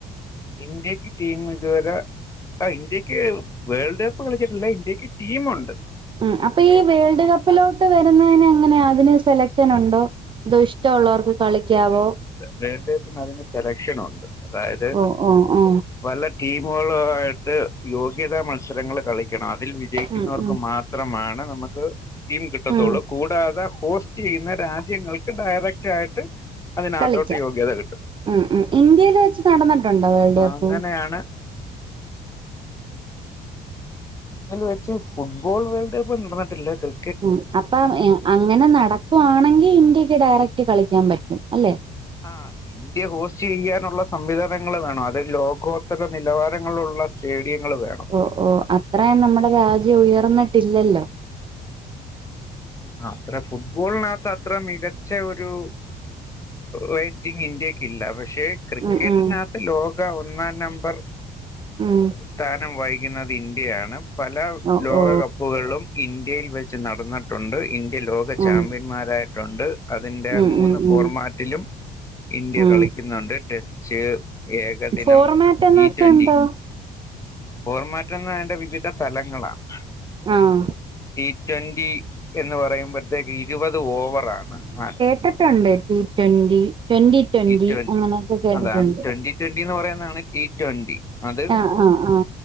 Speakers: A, on the left (about 20°); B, on the right (about 30°).
A: ഇന്ത്യക്ക് ടീം ഇത് വരെ ആ ഇന്ത്യക്ക് വേൾഡ് കപ്പ് കളിച്ചിട്ടല്ല ഇന്ത്യക്ക് ടീമൊണ്ട്
B: ഉം അപ്പീ വേൾഡ് കപ്പിലോട്ട് വരുന്നെയ്നെങ്ങനാ അതിന് സെലക്ഷനുണ്ടോ തോ ഇഷ്ട്ടൊള്ളവർക്ക് കളിക്കാവോ
A: വേൾഡ കപ്പിന് അതിന് സെലക്ഷനൊണ്ട് അതായത്
B: ഓ ഓ ഓ
A: പല ടീമുകളു ആയിട്ട് യോഗ്യതാ മത്സരങ്ങൾ കളിക്കണം അതിൽ വിജയിക്കുന്നവർക്ക്
B: ഉം ഉം
A: മാ ത്രമാണ് നമുക്ക് ടീം കിട്ടത്തൊള്ളു
B: ഉം
A: കൂടാതെ ഹോസ്റ്റ് ചെയ്യുന്ന രാജ്യങ്ങൾ <unintelligible> ഡയറക്റ്റായിട്ട് അതിനാത്തോട്ട്
B: കളിക്കാം
A: യോഗ്യത കിട്ടും
B: ഉം ഉം ഇന്ത്യയിൽ വെച്ച് നടന്നിട്ടുണ്ടോ വേൾഡ് കപ്പ്
A: അങ്ങനെയാണ് ന്നിൽ വെച്ച് ഫുട്ബോൾ വേൾഡ് കപ്പ് നടന്നിട്ടില്ല ക്രി
B: ഉം അപ്പ അങ്ങനെ നടക്കുവാണെങ്കി ഇന്ത്യക്ക് ഡയറക്ട് കളിക്കാൻ പറ്റും അല്ലെ
A: ആഹ് <unintelligible> ഇന്ത്യ ഹോസ്റ്റ് ചെയ്യാനുള്ള സംവിധാനങ്ങള് വേണം അത് ലോകോത്തര നിലവാരങ്ങളുള്ള സ്റ്റേഡിയങ്ങള് വേണം.
B: ഓഹ് ഓഹ് അത്രേം നമ്മുടെ രാജ്യം ഉയർന്ന്ട്ടില്ലല്ലോ
A: ആഹ് അത്രേം ഫുട്ബോൾനകത്ത് അത്രേം മികച്ച ഒരു റെയിറ്റിംഗ് ഇന്ത്യക്കില്ല പക്ഷെ ക്രിക്കറ്റിനാകത്ത്
B: ഉം ഉം
A: ലോക ഒന്നാം നമ്പർ
B: ആഹ്
A: സ്ഥാനം വൈകുന്നത് ഇന്ത്യയാണ് പല
B: ഓ
A: ലോകകപ്പുകളും
B: ഓ
A: ഇന്ത്യയിൽ വെച്ച് നടന്നുട്ടുണ്ട് ഇന്ത്യ ലോക
B: ഉം
A: ചാമ്പ്യന്മാരായിട്ടുണ്ട് അതിന്റെ
B: ഉം
A: മൂന്ന്
B: ഉം
A: ഫോർമാറ്റിലും
B: ഉം
A: ഇന്ത്യ
B: ഉം
A: കളിക്കുന്നുണ്ട് ടെച്ച് ഏകദിനം
B: ഫോർമാറ്റ് എന്ന്
A: ഈ
B: വെച്ചാ
A: റ്റൊന്റി
B: എന്താ
A: ഫോർമാറ്റന്നെ അതിൻ്റെ വിവിധ തലങ്ങളാണ്.
B: ആഹ്
A: ടി ട്വന്റി എന്ന് പറയുമ്പഴ് ഇരുപത് ഓവറാണ് ആ
B: ട്ടിട്ടുണ്ട് ട്വന്റി ട്വന്റി ട്വന്റി
A: ടി ട്വൻ
B: അങ്ങനൊക്കെ കേട്ടിട്ടുണ്ട്
A: അതാണ് ട്വന്റി ട്വന്റി ന്ന് പറയ്ന്നാണ് ഈ ട്വന്റി അത്
B: ആഹ ആഹ്